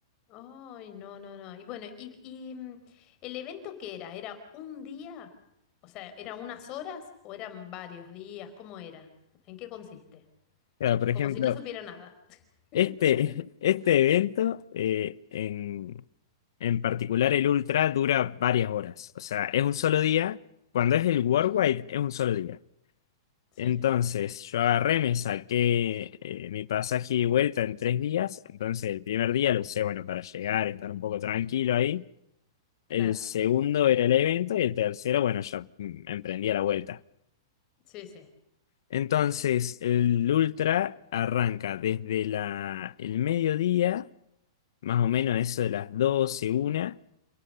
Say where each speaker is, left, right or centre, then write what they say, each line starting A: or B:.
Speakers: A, on the left (about 35°); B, on the left (about 70°).
A: Ay, no, no, no. Y bueno, y, y, mm, el evento qué era? ¿Era un día? O sea, ¿eran unas horas o eran varios días? ¿Cómo era? ¿En qué consiste?
B: O sea, por
A: Como
B: ejemplo,
A: si no supiera nada. <laughs>
B: este,
A: Sí.
B: este evento eh, en, en particular el Ultra dura varias horas, o sea, es un solo día, cuando es el Worldwide
A: Ujú,
B: es un solo día.
A: Sí,
B: Entonces, yo agarré, me saqué eh, mi pasaje y vuelta en tres días, entonces el primer día lo usé, bueno, para llegar, estar un poco tranquilo ahí.
A: claro.
B: El segundo era el evento y el tercero, bueno, ya mm, emprendí a la vuelta.
A: Sí, sí.
B: Entonces, el ultra arranca desde la, el mediodía, más o menos eso de las doce una